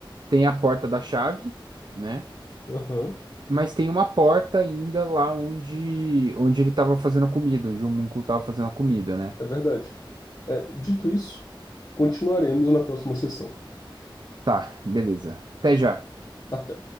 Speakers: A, on the right; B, on the left.
A: tem a porta da chave. né?
B: Aham,
A: Mas tem uma porta ainda lá onde, onde ele estava fazendo a comida, onde o homúnculo estava fazendo a comida, né?
B: é verdade. É, dito isso, continuaremos na próxima sessão.
A: Tá, beleza. Até já.
B: Até.